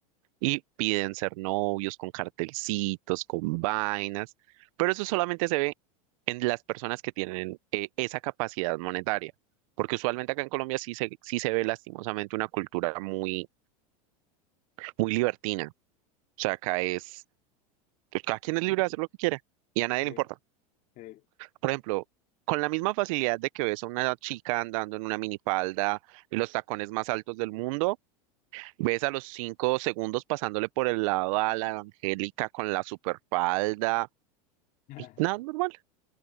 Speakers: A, on the right (about 65°); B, on the left (about 45°).
A: y piden ser novios con cartelcitos, con vainas, pero eso solamente se ve en las personas que tienen eh, esa capacidad monetaria, porque usualmente acá en Colombia sí se, sí se ve lastimosamente una cultura muy, muy libertina, o sea, acá es, pues, cada quien es libre de hacer lo que quiera, y a nadie
B: Hey,
A: le importa.
B: hey,
A: Por ejemplo, con la misma facilidad de que ves a una chica andando en una minifalda y los tacones más altos del mundo, ves a los cinco segundos pasándole por el lado a la Angélica con la superfalda
B: <laughs>
A: y nada normal.